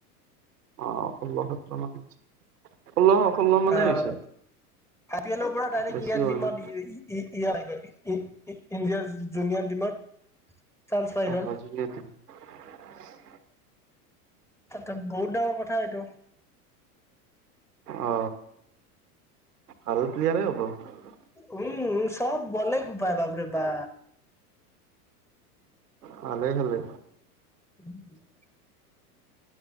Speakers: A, on the right (about 80°); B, in the centre.
A: অ' ষোল্ল সতৰো মান <unintelligible> ষোল্ল - ষোল্ল মানেই
B: আহ
A: হৈছে।
B: <unintelligible> পৰা
A: বেছি
B: ডাইৰেক্ট
A: হোৱা নাই
B: <unintelligible> ইন - ইত - ইণ্ডিয়াৰ জু - জুনিয়ৰ টিমত চান্স পাই
A: অ'
B: গ'ল
A: অ' জুনিয়ৰ টিমত
B: তাতে বহুত ডাঙৰ কথা এইটো।
A: অ ভাল প্লিয়াৰে হ'ব।
B: উম উ চব বলে কুবাই বাপৰে বা
A: ভালে খেলে।
B: <unintelligible>